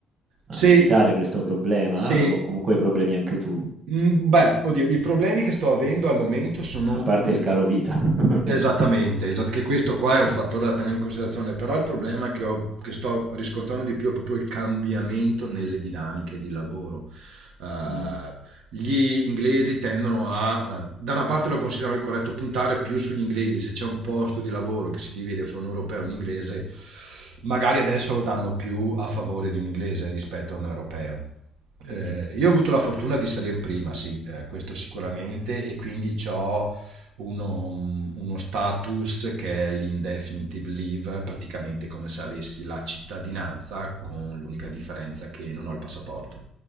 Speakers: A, on the right; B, on the right.
A: a
B: Sì,
A: evitare questo problema
B: sì.
A: o comunque hai problemi anche tu,
B: Mm, Beh, oddio, i problemi che sto avendo al momento sono
A: a parte il caro vita, <laughs> ovviamente.
B: Esattamente,
A: che-
B: esat che questo qua è un
A: eh,
B: fattore da tenere in considerazione, però il problema che ho che sto riscontrando di più è proprio il cambiamento nelle dinamiche di lavoro. Ehm,
A: mm,
B: gli inglesi tendono a ehm, da una parte lo considero anche corretto, puntare più sugli inglesi, se c'è un posto di lavoro che si divide fra un europeo e un inglese, magari adesso lo danno più a favore di un inglese rispetto a un europeo. Ehm,
A: mm,
B: io ho avuto la fortuna di salir prima, sì, ehm, questo sicuramente e quindi c'ho uno mhmm, uno status che è l'Indefinite Leave, praticamente come se avessi la cittadinanza, con l'unica differenza che non ho il passaporto.